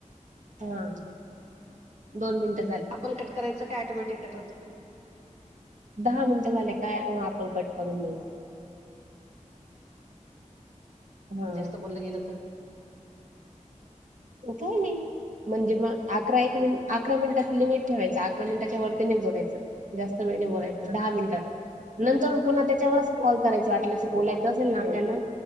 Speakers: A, on the right; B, on the right.
A: हा
B: हम्म
A: दोन मिनिट
B: आपण कट करायचं काय ऑटोमॅटिक कट होतो
A: दहा मिनिटं झाले काय मग आपण कट करून द्यायचं हा
B: जास्त बोललं गेलं तर
A: काय नाही म्हणजे मग अक एक मिट अकरा मिनिटाचं लिमिट ठेवायचं अकरा मिनिटाच्यावरती नाही बोलायचं जास्त वेळ नाही बोलायचं दहा मिनिटा नंतर पुन्हा त्याच्यावरच कॉल करायचं वाटल्यास बोलायचं असेल ना त्याला